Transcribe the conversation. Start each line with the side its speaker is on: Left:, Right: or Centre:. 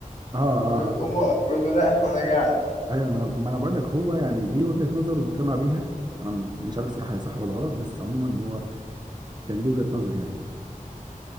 Right: اه اه
Left: بيقول
Right: آه.
Left: له قوم اقف بيقول له لا وانا قاعد
Right: ايوه ما ما انا بقول لك هو يعني ليه وجهة نظر ومقتنع بيها انا م- مش عارف صراحة هي صح ولا غلط بس عموما هو كان ليه وجهة نظر يعني